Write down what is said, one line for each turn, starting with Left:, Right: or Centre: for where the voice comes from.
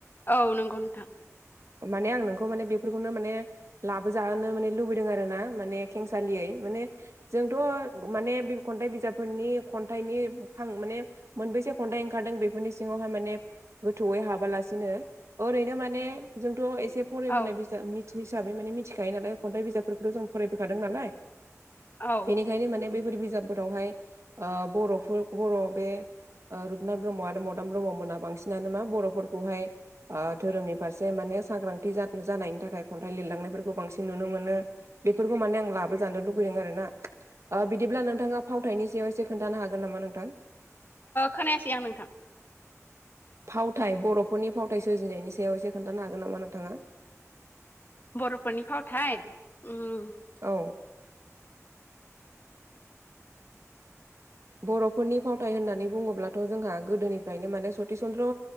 Left: औ नंगौ नोंथां।
Right: माने आं नोंखौ माने बेफोरखौनो माने लाबोजाहोनो माने लुबैदों आरो ना माने खेंसालियै माने जोंथ' माने बे खन्थाइ बिजाबफोरनि खन्थाइनि फां माने मोनबैसे खन्थाइ ओंखारदों बेफोरनि सिङावहाय माने गोथौयै हाबालासिनो ओरैनो माने जोंथ' एसे फरायबोनाय
Left: औ
Right: बिजाब मिथि हिसाबै माने मिथिखायो नालाय खन्थाइ बिजाबफोरखौथ' जों फरायबोखादों नालाय
Left: औ ओ
Right: बेनिखायनो माने बैफोर बिजाबफोरावहाय ओ बर'फोर बर' बे ओ रुपनाथ ब्रह्मआ आरो मदाम ब्रह्ममोना बांसिनानो मा बर'फोरखौहाय ओ धोरोमनि फारसे माने सांग्रांथि जानायनि थाखाय खन्थाइ लिरलांनायफोरखौ बांसिन नुनो मोनो। फोरखौ माने आं लाबो जानो लुुबैदों आरोना बिदिब्ला नोंथाङा फावथायनि सायाव एसे खोन्थानो हागोन नामा नोंथां?
Left: खोनायासै आं नोंथां
Right: फावथाय बर'फोरनि फावथाय सोरजिनायनि सायाव एसे खोनन्थानो हागोन नामा नोंथाङा?
Left: बर'फोरनि फावथाय ओम
Right: औ बर'फोरनि फावथाय होननानै बुङोब्लाथ' जोंहा गोदोनिफ्रायनो माने सति चन्द्र